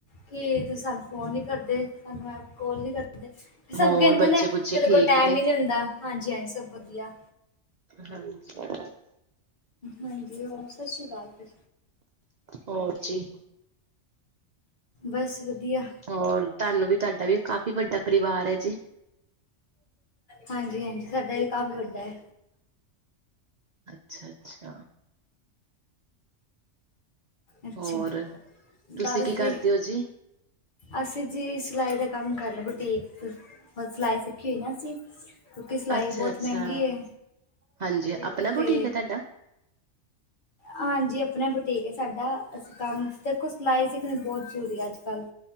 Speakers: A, on the left; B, on the right.
A: ਕੀ ਤੁਸੀਂ ਸਾਨੂੰ ਫ਼ੋਨ ਨੀ ਕਰਦੇ, ਸਾਨੂੰ ਐ ਕਾਲ ਨੀ ਕਰਦੇ। ਸਭ
B: ਹੋਰ
A: ਕੈਂਦੇ
B: ਬੱਚੇ
A: ਨੇ
B: ਬੁੱਚੇ
A: ਸਾਡੇ
B: ਠੀਕ
A: ਕੋਲ ਟਾਈਮ
B: ਨੇ
A: ਈ ਨੀ ਹੁੰਦਾ ਹਾਂਜੀ-ਹਾਂਜੀ ਸਭ ਵਧੀਆ।
B: ਹਾਂਜੀ ਐ।
A: ਹਾਂਜੀ ਹੋਰ ਸ਼ ਸ਼੍ਰੀ ਕਾਲ ਫੇਰ।
B: ਹੋਰ ਜੀ।
A: ਬਸ ਵਧੀਆ।
B: ਹੋਰ ਤੁਹਾਨੂੰ ਵੀ ਤੁਹਾਡਾ ਵੀ ਕਾਫ਼ੀ ਵੱਡਾ ਪਰਿਵਾਰ ਐ ਜੀ।
A: ਹਾਂਜੀ-ਹਾਂਜੀ ਸਾਡਾ ਵੀ ਕਾਫ਼ੀ ਵੱਡਾ ਐ।
B: ਅੱਛਾ-ਅੱਛਾ।
A: ਅੱਛਾ,
B: ਹੋਰ ਤੁਸੀਂ
A: ਬਸ
B: ਕੀ
A: ਜੀ
B: ਕਰਦੇ ਹੋ ਜੀ?
A: ਅਸੀਂ ਜੀ ਸਿਲਾਈ ਦਾ ਕੰਮ ਕਰ ਲੈ ਬੁਟੀਕ ਹੋਰ ਸਿਲਾਈ ਸਿੱਖੀ ਹੋਈ ਨਾ ਅਸੀਂ ਕਿਉਂਕਿ ਸਿਲਾਈ
B: ਅੱਛਾ
A: ਬੋਤ
B: ਅੱਛਾ
A: ਮਹਿੰਗੀ ਏ
B: ਹਾਂਜੀ ਆਪਣਾ
A: 'ਤੇ
B: ਬੁਟੀਕ ਹੈ ਤੁਹਾਡਾ
A: ਹਾਂਜੀ ਆਪਣਾ ਬੁਟੀਕ ਏ ਸਾਡਾ ਅਸੀਂ ਕੰਮ ਦੇਖੋ ਸਿਲਾਈ ਸਿੱਖਣੀ ਬੋ ਜ਼ਰੂਰੀ ਅੱਜ-ਕੱਲ